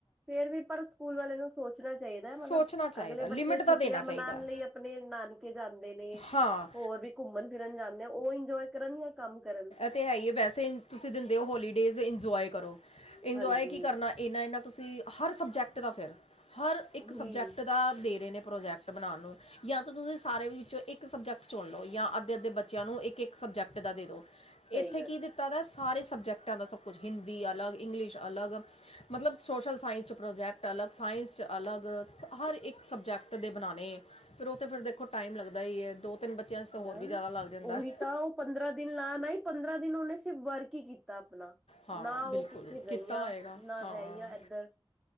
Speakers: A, in the centre; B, on the left.
A: ਫੇਰ ਵੀ ਪਰ ਸਕੂਲ ਵਾਲੇ ਨੂੰ ਸੋਚਣਾ ਚਾਹੀਦਾ ਮਤਲਬ
B: ਸੋਚਣਾ ਚਾਹੀਦਾ
A: ਅਗਲੇ
B: ਲਿਮਿਟ
A: ਬੱਚੇ ਛੁੱਟੀਆਂ
B: ਦਾ ਦੇਣਾ ਚਾਹੀਦਾ
A: ਮਨਾਣ ਲਈ ਆਪਣੇ ਨਾਨਕੇ ਜਾਦੇ ਨੇ
B: ਹਾਂ
A: ਹੋਰ ਵੀ ਘੁੰਮਣ-ਫਿਰਨ ਜਾਦੇ ਉਹ ਇਜੋਏ ਕਰਨ ਯਾਂ ਕੰਮ ਕਰਨ
B: ਉਹ ਤੇ ਹੈ ਹੀ ਏ ਵੈਸੇ ਤੁਸੀ ਦਿੰਦੇ ਹੋ ਹੋਲੀਡੇਜ ਇੰਜੋਏ ਕਰੋ ਇੰਜੋਏ
A: ਹਾਂਜੀ
B: ਕੀ ਕਰਨਾ ਇਨਾ-ਇਨਾ ਤੁਸੀ ਹਰ ਸਬਜੈਕਟ ਦਾ ਫਿਰ ਹਰ ਇਕ
A: ਉਹੀ
B: ਸਬਜੈਕਟ ਦਾ ਦੇ ਰਹੇ ਨੇ ਪ੍ਰੋਜੈਕਟ ਬਣਾ ਨੂੰ ਜਾਂ ਤਾਂ ਤੁਸੀ ਸਾਰੇੋਂ ਇਕ ਸਬਜੈਕਟ ਚੁਣ ਲਓ ਜਾਂ ਅੱਧੇ-ਅੱਧੇ ਬੇ ਚਿਆਂ ਨੂੰ ਇਕ ਇਕ ਸਬਜੈਕਟ ਦਾ ਦੇ ਦੋ।
A: ਸਹੀ
B: ਇਥੇ
A: ਗੱਲ
B: ਕੀ ਦਿ ਤਾ ਦਾਏ ਸਾਰੇ ਸਬਜੈਕਟਾਂ ਦਾ ਸਭ ਕੁਛ ਹਿੰਦੀ ਅਲਗ, ਇੰਗਲਿਸ਼ ਅਲਗ। ਮਤਲਬ ਸੋਸ਼ਲ ਸਾਈੰਸ ਚ ਪ੍ਰੋਜੈਕਟ ਅਲਗ, ਸਾਇੰਸ ਚ ਅਲਗ ਹਰ ਇਕ ਸਬਜੈਕਟ ਦੇ ਬਨਾਨੇ। ਫੇਰ ਉਹ ਤੇ ਫੇਰ ਦੇਖੋ ਟਾਈਮ ਲੱਗਦਾ ਈ ਐ। ਦੋ ਤਿੰਨ ਬੱਚਿਆਂ ਚ ਤੇ ਹੋਰ
A: ਤਾਂ
B: ਵੀ
A: ਹੀ
B: ਜ਼ਾਦਾ ਲੱਗ ਜਾਂਦਾ
A: ਉਹੀ
B: ਹੈ
A: ਤਾਂ ਉਹ ਪੰਦਰਾਂ ਦਿਨ ਲਾਨ ਆਈ, ਪੰਦਰਾਂ ਦਿਨ ਉਹਨੇ ਸਿਰਫ ਵਰਕ ਹੀ ਕੀਤ ਤਾ ਆਪਨਾ,
B: ਹਾਂ
A: ਨਾ ਉਹ
B: ਬਿਲਕੁਲ
A: ਕਿਥੇ ਗਈਆਂ
B: ਕੀਤਾ ਹੋਏਗਾ
A: ਨਾ
B: ਹਾਂ
A: ਰਈਆਂ ਇਧਰ